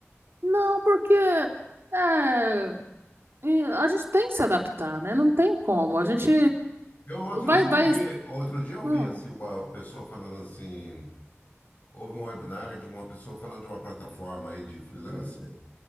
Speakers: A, on the right; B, on the left.
A: Não, porque é, e a gente tem que se adaptar, né? Não tem como. A gente
B: Eu outro
A: vai,
B: dia
A: vai,
B: eu vi, outro dia eu
A: hum,
B: vi assim uma pessoa falando assim Houve um webinar de uma pessoa falando de uma plataforma aí de freelancer.